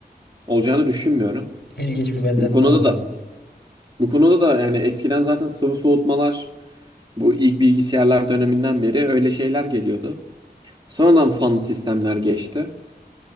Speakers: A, on the right; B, on the left.
A: olacağını düşünmüyorum.
B: İlginç bir benzetme
A: Bu konuda
B: oldu.
A: da bu konuda da yani eskiden zaten sıvı soğutmalar bu ilk bilgisayarlar döneminden beri öyle şeyler geliyordu. Sonradan fanlı sistemler geçti.